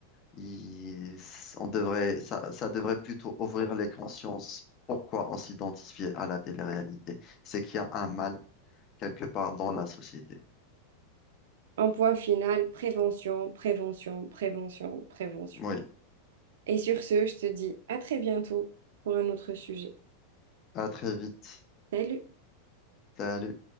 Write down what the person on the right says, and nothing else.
Un point final, prévention, prévention, prévention, prévention.
Et sur ce, je te dis à très bientôt pour un autre sujet.
Salut!